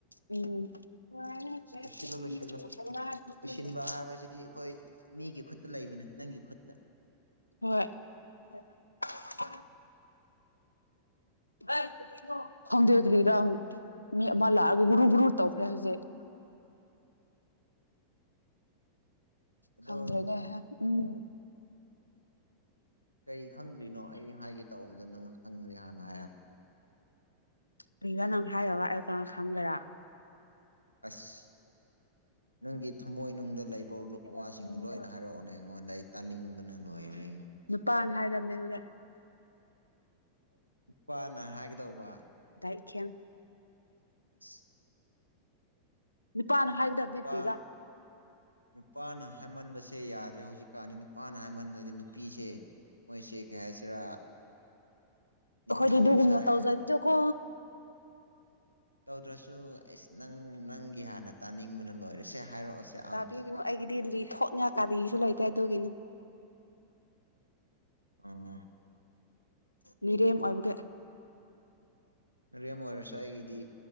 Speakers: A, on the left (about 85°); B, on the right (about 90°).
A: ꯎꯝ <unintelligible>
B: ꯂꯣꯏꯁꯤꯜꯂꯨ ꯂꯣꯏꯁꯤꯜꯂꯨ ꯂꯣꯏꯁꯤꯟꯕ ꯍꯥꯏꯕꯁꯤꯗꯤ ꯑꯩꯈꯣꯏ ꯃꯤꯒꯤ ꯈꯨꯠꯇꯥ ꯂꯩꯕꯅꯦ ꯅꯪꯒꯤ ꯈꯨꯠꯇꯥ
A: ꯍꯣꯏ <unintelligible> <unintelligible> ꯈꯪꯗꯦ ꯀꯔꯤꯔꯥ ꯃꯤ ꯑꯃ ꯂꯥꯛꯑꯒ ꯒꯨꯔꯨ ꯒꯨꯔꯨ ꯇꯧꯈ꯭ꯔꯦ ꯍꯧꯖꯤꯛ
B: ꯑꯗꯣ
A: ꯈꯪꯗ꯭ꯔꯦꯗꯍꯦ ꯎꯝ
B: ꯀꯔꯤ ꯈꯪꯗ꯭ꯔꯤꯅꯣ ꯑꯩ ꯍꯥꯏꯒꯦ ꯇꯧꯕꯗꯣ ꯅꯪ ꯈꯪꯗ꯭ꯔꯦ ꯍꯥꯟꯅ ꯍꯥꯏꯔꯛ
A: ꯀ꯭ꯔꯤꯔꯥ ꯅꯪ ꯍꯥꯏꯗꯔꯥꯒ ꯑꯩ ꯀꯃꯥꯏ ꯈꯪꯒꯦꯔꯥ
B: ꯑꯁ ꯅꯪꯒꯤ ꯊꯃꯣꯏꯅꯨꯡꯗ ꯂꯩꯕ ꯋꯥꯁꯤꯡꯗꯣ
A: ꯎꯝ
B: ꯂꯣꯏꯅ ꯍꯥꯏꯔꯛꯑꯣꯅꯦ ꯑꯩꯉꯣꯟꯗ ꯑꯩ ꯇꯥꯅꯤꯡꯕꯅ ꯂꯣꯏꯔꯦ
A: ꯅꯨꯄꯥꯅ ꯍꯥꯏꯗꯕꯅꯦ ꯑꯗꯨꯗꯤ
B: ꯅꯨꯄꯥꯅ ꯍꯥꯏꯒꯗꯧꯕ
A: <unintelligible>
B: ꯑꯁ
A: ꯅꯨꯄꯥꯅ ꯍꯥꯏꯒꯗꯕꯅꯦ
B: ꯅꯨꯄꯥ
A: ꯀ꯭ꯔꯤꯔ
B: ꯅꯨꯄꯥꯅ ꯍꯥꯏꯃꯟꯕꯁꯤ ꯑꯦ ꯌꯥꯗ꯭ꯔꯦ ꯍꯧꯖꯤꯛ ꯀꯥꯟꯗꯤ ꯅꯨꯄꯥꯅ ꯍꯥꯏꯃꯜꯗꯗꯤ ꯅꯨꯄꯤꯁꯦ ꯃꯣꯏꯁꯦ ꯀꯩ ꯍꯥꯏꯁꯤꯔꯥ ꯅꯤꯡꯊꯧ
A: ꯑꯩꯈꯣꯏꯗꯤ ꯑꯗꯨꯒꯨꯝꯅ
B: ꯁꯥꯔꯛꯑꯦ
A: ꯇꯧꯖꯒꯤꯗꯣꯀꯣ
B: ꯇꯧꯗ꯭ꯔꯥꯁꯨ ꯑꯦꯁ ꯅꯪ ꯅꯪꯒꯤ ꯍꯥꯟꯅ ꯇꯥꯅꯤꯡꯕꯅ ꯂꯣꯏꯔꯁꯦ ꯍꯥꯏꯔꯛꯑꯣꯁꯦ
A: ꯇꯥꯕꯤꯒꯅꯨ
B: ꯑꯝꯇ
A: ꯑꯩꯒꯤꯗꯤ ꯂꯤ ꯊꯣꯛꯅꯉꯥꯏ ꯀꯥꯂꯤꯁꯨ ꯂꯩꯇꯦ ꯑꯗꯨꯒꯤꯅꯤ
B: ꯑꯣ
A: ꯃꯤꯔꯦꯝ ꯑꯣꯏꯕꯒꯤ
B: ꯃꯤꯔꯦꯝ ꯑꯣꯏꯔꯁꯨ ꯑꯩꯒꯤꯗꯤ